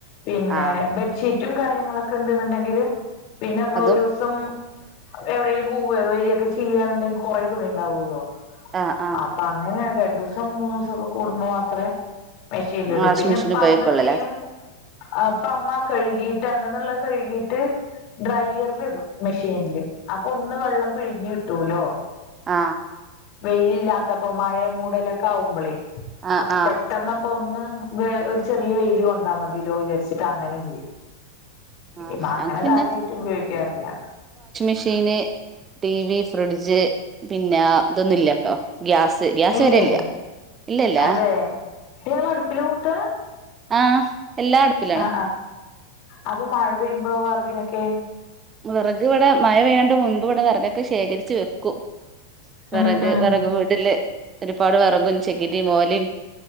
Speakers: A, on the left; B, on the right.
A: പിന്നെ
B: ആ
A: ബെഡ്ഷീറ്റും കാര്യങ്ങളൊക്കെ ഉണ്ടെന്നുണ്ടെങ്കില് പിന്നെ നമ്മൾ
B: അതും
A: ഒരു ദിവസം എവിടെേലും പോവയ വരിയൊക്കെ ചെയ്യാനുണ്ടെങ്കിൽ കൊറെ തുണി ഉണ്ടാവല്ലോ
B: ആഹ് ആഹ്
A: അപ്പൊ അങ്ങനെയ രണ്ടു ദിവസം മൂന്ന് ദിവസംക്കെ കൂടുമ്പോ മാത്രേ മെഷീനൽ ഇടു
B: വാഷിംഗ്
A: പിന്നെ
B: മെഷീൻ
A: ഇപ്പം
B: ഉപയോഗിക്കുള്ളൂല്ലേ
A: അമ്മ ചെയ്യും അപ്പ അമ്മ കഴുകിട്ട് അന്നന്നുള്ള കഴുകിട്ട് ഡ്രയ്യറൽ ഇടും മെ ല് അപ്പൊ ഒന്ന് വെള്ളം പിഴിഞ്ഞു കിട്ടൂലോ
B: ആ
A: വെയിലില്ലാത്തപ്പോ മഴയും മൂടലൊക്കെ ആവുമ്പോളേ
B: ആഹ്
A: ആ
B: ആഹ്
A: പെട്ടെന്ന്പ്പോ ഒന്ന് ഒരു ചെറിയ വെയിലും കൊണ്ടാ മതില്ലോന്ന് വിചാരിച്ചിട്ട് അങ്ങനെ ചെയ്യും
B: ആഹ്
A: ഇപ്പ അങ്ങനെ
B: ഞങ്ങക്ക് പിന്നെ
A: കാര്യയിട്ട് ഉപയോഗിക്കാറില്ല
B: മഷീന് ടി വി ഫ്രിഡ്ജ് പിന്നെ ഇതൊന്നുംല്ലട്ടോ ഗ്യാസ് ഗ്യാസ്
A: ഇല്ലേ
B: വരല്ല ഇല്ലല്ല
A: അതെ നിങ്ങള് അടുപ്പില് കൂട്ടാ
B: ആഹ് എല്ലാ അടുപ്പിലാണ്
A: ആ അപ്പൊ മഴ പെയ്യുമ്പോഴോ വിറക്നൊക്കെ
B: വിറക് ഇവിടെ മഴ പെയ്യാണ്ട് മുൻപ് ഇവിടെ വിറകൊക്കെ ശേഖരിച്ച് വെക്കും വിറക്
A: ഉം ഉം
B: വിറക് വീടല് ഒരുപാട് വിറകും ചകിരിയും ഒലയും